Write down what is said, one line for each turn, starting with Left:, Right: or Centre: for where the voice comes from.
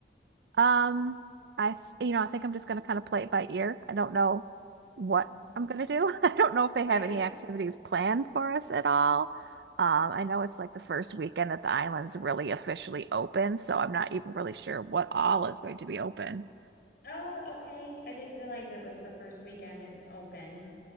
Right: Um I th- you know, I think I'm just going to kind of play it by ear. I don't know what
Left: Mhm.
Right: I'm going to do. <laughs> I don't know if they
Left: Right?
Right: have any activities planned for us at all. Um I know it's like the first weekend that the island's really officially open, so I'm not even really sure what all is going to be open.
Left: Oh, okay. I didn't realize it was the first weekend it's open